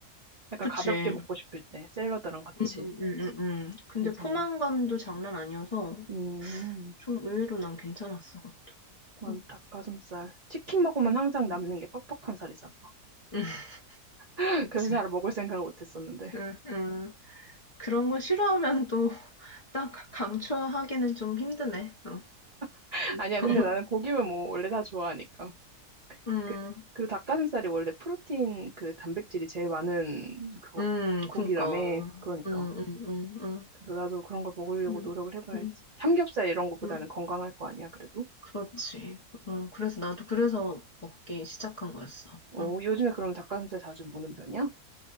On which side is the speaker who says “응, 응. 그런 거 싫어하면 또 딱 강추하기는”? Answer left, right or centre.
Left